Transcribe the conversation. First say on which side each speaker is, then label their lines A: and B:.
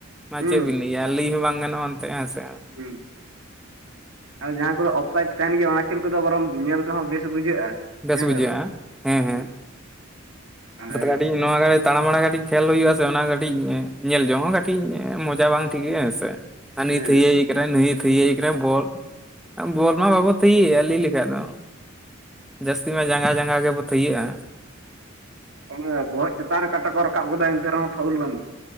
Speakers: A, in the centre; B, on the right (about 80°).
A: ᱢᱟ
B: ᱦᱩᱸ
A: ᱪᱮᱫ ᱵᱤᱱ ᱞᱟᱹᱭᱟ᱾ ᱤᱭᱟᱹ ᱞᱟᱹᱭ ᱦᱚᱸ ᱵᱟᱝ ᱜᱟᱱᱚᱜᱼᱟ ᱚᱱᱛᱮ ᱦᱮᱸᱥᱮᱼᱼ
B: ᱦᱩᱸ ᱟᱨ ᱡᱟᱦᱟᱸ ᱠᱚᱫᱚ ᱚᱯᱥᱟᱭᱤᱴ ᱛᱟᱦᱮᱱ ᱜᱮᱭᱟ ᱚᱱᱟ ᱠᱷᱮᱞ ᱠᱚᱫᱚ ᱵᱚᱨᱚᱝ ᱧᱮᱞ ᱛᱮᱦᱚᱸ ᱵᱮᱥ ᱵᱩᱡᱷᱟᱹᱜᱼᱟ᱾
A: ᱵᱮᱥ
B: ᱦᱮᱸ
A: ᱵᱩᱡᱷᱟᱹᱜᱼᱟ
B: ᱥᱮ ᱵᱟᱝ
A: ᱦᱮᱸ ᱦᱮᱸ
B: ᱦᱩᱸ ᱟᱨ
A: <inaudible> ᱟᱹᱰᱤ ᱱᱚᱣᱟ <inaudible> ᱛᱟᱲᱟᱢᱟᱲᱟ ᱠᱟᱹᱴᱤᱡ ᱠᱷᱮᱞ ᱦᱩᱭᱩᱜ ᱟ ᱥᱮ ᱚᱱᱟ ᱠᱟᱹᱴᱤᱡ ᱧᱮᱞ ᱡᱚᱝ ᱦᱚᱸ ᱠᱟᱹᱴᱤᱡ ᱢᱚᱡᱟ ᱵᱟᱝ ᱴᱷᱤᱠᱟᱹᱜ-ᱟ ᱦᱮᱸ ᱥᱮ᱾ ᱦᱟᱹᱱᱤ
B: ᱦᱮᱸ
A: ᱛᱷᱤᱭᱟᱹᱭ ᱨᱮ ᱱᱟᱹᱭᱮ ᱛᱷᱤᱭᱟᱹᱭᱮ ᱠᱟᱱᱟ ᱵᱚᱞ, ᱵᱚᱞ ᱢᱟ ᱵᱟᱵᱚ ᱛᱷᱤᱭᱟᱹᱭᱟ ᱞᱟᱹᱭ ᱞᱮᱠᱷᱟᱡ ᱫᱚ᱾ ᱡᱟᱹᱥᱛᱤ ᱢᱟ ᱡᱟᱸᱜᱟ ᱡᱟᱸᱜᱟ ᱜᱮᱵᱚ ᱛᱷᱤᱭᱟᱹᱜᱼᱟ᱾
B: ᱚᱱᱮ ᱵᱚᱦᱚᱜ ᱪᱮᱛᱟᱱ ᱨᱮ ᱠᱟᱴᱟ ᱠᱚ ᱨᱟᱠᱟᱵ ᱜᱚᱫᱟ ᱮᱱᱛᱮ ᱨᱮᱦᱚᱸ ᱯᱷᱟᱣᱩᱞ ᱵᱟᱹᱱᱩᱜ᱾